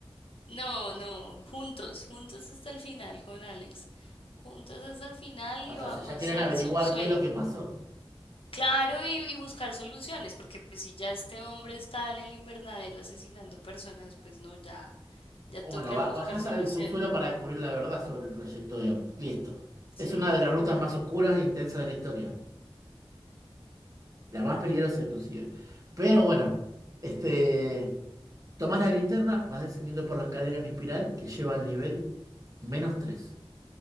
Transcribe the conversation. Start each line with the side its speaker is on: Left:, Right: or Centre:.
Left: no, no, juntos, juntos hasta el final con Alex. Juntos hasta el final
Right: O
Left: y
Right: sea,
Left: vamos
Right: ya quieren
Left: al
Right: averiguar
Left: subsuelo.
Right: qué es lo que pasó.
Left: Claro, y, y buscar soluciones, porque pues si ya este hombre está en el invernadero asesinando personas, pues no, ya, ya
Right: Bueno,
Left: tocas
Right: ba-
Left: buscar
Right: bajás
Left: solución.
Right: al subsuelo para descubrir la verdad sobre el proyecto Orión. Listo.
Left: Sí,
Right: Es una de las rutas más oscuras e intensas de la historia. La más peligrosa, inclusive. Pero bueno, este, tomás la linterna, vas descendiendo por la escalera en espiral que lleva al nivel menos 3.